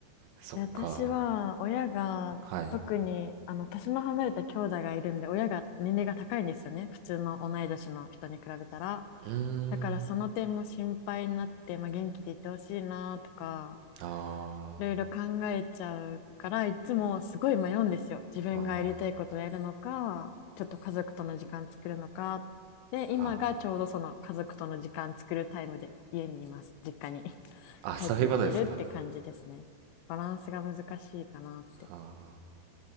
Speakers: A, on the right; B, on the left.
A: そっか、
B: で私は、親が、
A: はい。
B: 特に、あの、年の離れた兄弟がいるんで、親が年齢が高いんですよね。普通の同い年の人に比べたら。
A: うーん、
B: だから、その点も心配になって、まあ、元気でいてほしいなとか、
A: あ
B: いろいろ考えちゃうから、いつもすごい迷うんですよ。自分がやりたいことをやるのか、
A: ー、あ
B: ちょっと家族との時間作るのか。で、今がちょうどその家族との時間作るタイムで家にいます。
A: ー、あ
B: 実家に <laughs>
A: ー、あ、
B: 帰ってきてるって感じですね。
A: そういうことですか。
B: バランスが難しいかなって。
A: あ